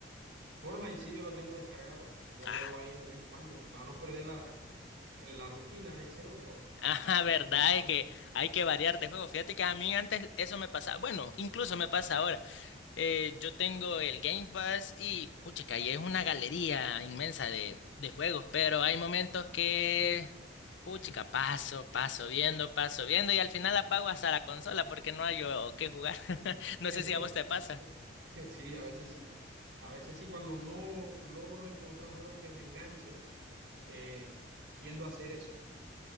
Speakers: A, on the right; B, on the left.
A: Fortnite, sí, yo lo tengo descargado. Yo
B: Ah,
A: juego ahí de vez en cuando, para no perder la, la rutina, dice el otro,
B: ah,
A: para jugar
B: <laughs> verdad,
A: de vez en cuando.
B: es que hay que variar de juego. Fíjate que a mí antes eso me pasaba. Bueno, incluso me pasa ahora. Eh, yo tengo el Game Pass y, pucha, y es una galería inmensa de, de juegos, pero hay momentos que, pucha, paso, paso viendo, paso viendo y al final apago hasta la consola porque no hay o qué jugar. <laughs> No
A: <laughs>
B: sé si a vos te pasa.
A: Sí, a veces sí. A veces sí, cuando no logro encontrar un juego que me enganche, eh, tiendo a hacer eso.